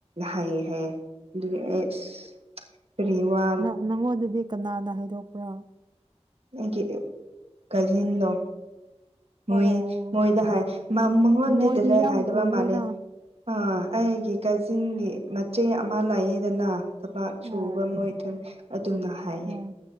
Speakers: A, on the right (about 60°); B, on the right (about 40°).
A: ꯍꯥꯏ ꯍꯥꯏꯌꯦ ꯑꯗꯨ ꯑꯦꯁ ꯀ꯭ꯔꯤꯋꯥ
B: ꯅ ꯅꯪꯉꯣꯟꯗꯗꯤ ꯀꯅꯥꯅ ꯍꯥꯏꯗꯣꯛꯄ꯭ꯔꯥ
A: ꯑꯩꯒꯤ ꯀꯖꯤꯟꯗꯣ ꯃꯣꯏ
B: ꯑꯣ ꯑꯣ ꯑꯣ ꯑꯣ
A: ꯃꯣꯏꯗ ꯍꯥꯏ ꯃ ꯃꯉꯣꯟꯗꯤ
B: ꯃꯣꯏꯗꯤ
A: ꯗꯤꯔꯦꯛ
B: ꯌꯥꯝ
A: ꯍꯥꯏꯗꯕ
B: ꯄꯨꯜꯂꯦꯅ
A: ꯃꯥꯥꯜꯂꯦ ꯑꯥ ꯑꯩꯒꯤ ꯀꯥꯖꯤꯟꯒꯤ ꯃꯆꯦ ꯑꯃ ꯂꯩꯥꯌꯦꯗꯅ ꯊꯕꯥꯛ
B: ꯍꯣꯏ
A: ꯁꯨꯕ ꯃꯣꯏ ꯊꯝ ꯑꯗꯨꯅ ꯍꯥꯏꯌꯦ
B: ꯍꯣꯏ